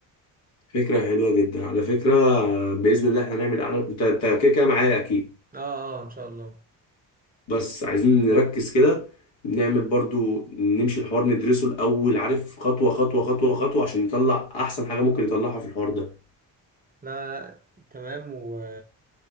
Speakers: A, on the left; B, on the right.
A: فكرة حلوة جدا على فكرة آه، بإذن الله احنا هنعمل أعلان انت انت كده كده معايا اكيد
B: اه اه ان شاء الله
A: بس عايزين نركز كده نعمل برضو نمشي الحوار ندرسه الأول عارف خطوة خطوة خطوة خطوة عشان نطلع أحسن حاجة ممكن نطلعها في الحوار ده
B: لا لا تمام و...